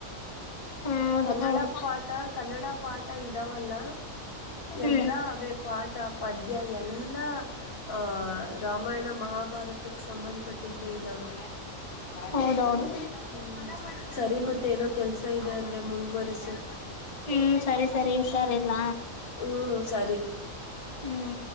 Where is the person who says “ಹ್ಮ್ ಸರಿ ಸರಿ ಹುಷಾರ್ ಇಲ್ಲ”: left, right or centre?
Left